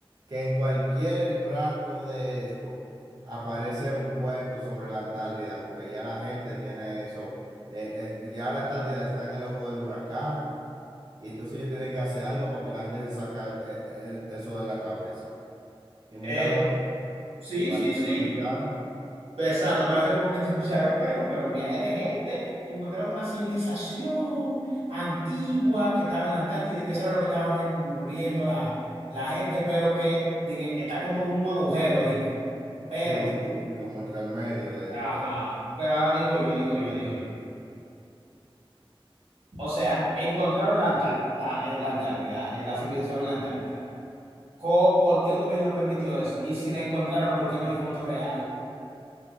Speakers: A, on the right; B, on the right.
A: que en cualquier rato de esto aparece un cuento sobre la Antártida, porque ya la gente tiene eso, eh, es- ya la Antártida está en el ojo del huracán, y entonces ellos tienen que hacer algo para que la gente se saque eh, eh, eso de la cabeza. Y míralo
B: Eh,
A: ahí.
B: sí,
A: Parece
B: sí, sí.
A: que me escucharon.
B: Exacto, parece como que te escucharon, pero, pero un viaje de gente que encontraron una civilización antigua que estaba en la Antártida y que eso era lo que estaban recubriendo la, la gente, pero que, di que está como en un agujero, dije. Pero,
A: Sí, sí, como entre el medio de,
B: ajá,
A: de todo.
B: pero ahora digo yo, digo yo, digo yo. O sea, encontraron la Antár- la, eh, la Antártida, eh, la civilización en la Antártida. Co- ¿Por qué el gobierno permitió eso? Y si la encontraron, ¿por qué no hay fotos reales?